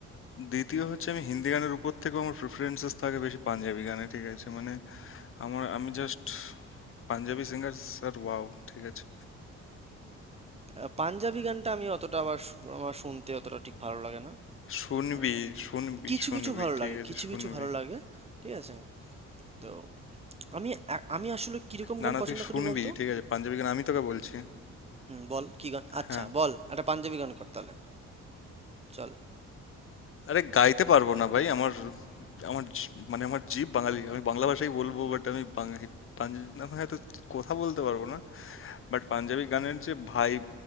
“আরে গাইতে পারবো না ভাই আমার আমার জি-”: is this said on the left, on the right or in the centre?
Left